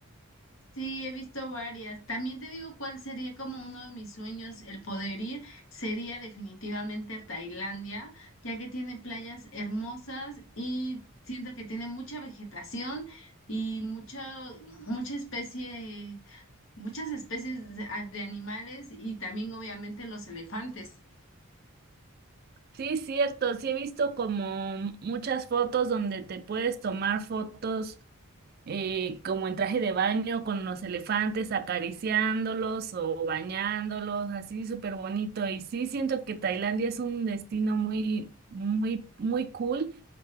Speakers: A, on the left; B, on the right.
A: Sí, he visto varias. También te digo cuál sería como uno de mis sueños, el poder ir, sería definitivamente a Tailandia, ya que tiene playas hermosas y siento que tiene mucha vegetación y mucha, mucha especie, muchas especies de de animales y también obviamente los elefantes.
B: Sí, cierto, sí he visto como muchas fotos donde te puedes tomar fotos eh, como en traje de baño con los elefantes acariciándolos o bañándolos, así súper bonito. Y sí, siento que Tailandia es un destino muy, muy, muy cool.